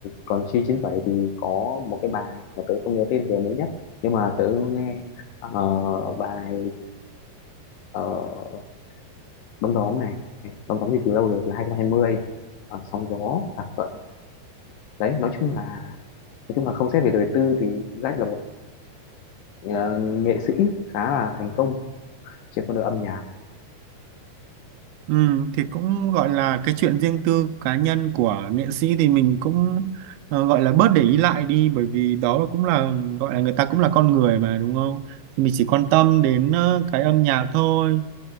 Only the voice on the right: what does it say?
Ừ, thì cũng gọi là cái chuyện riêng tư cá nhân của nghệ sĩ thì mình cũng ờ, gọi là bớt để ý lại đi bởi vì đó là cũng là gọi là người ta cũng là con người mà đúng không? Thì mình chỉ quan tâm đến ờ, cái âm nhạc thôi